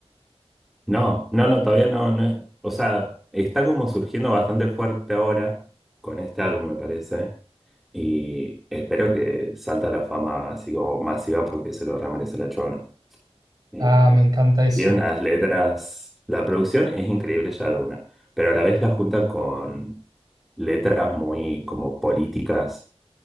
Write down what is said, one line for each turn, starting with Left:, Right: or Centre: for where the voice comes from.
Centre: no, no, no, todavía no, no es- o sea, está como surgiendo bastante fuerte ahora con este álbum, me parece. Y espero que salta a la fama así como masiva porque se lo remerece la chona. Eh,
Right: Ah, me encanta eso.
Centre: tiene unas letras, la producción es increíble ya de una, pero a la vez la junta con letras muy como políticas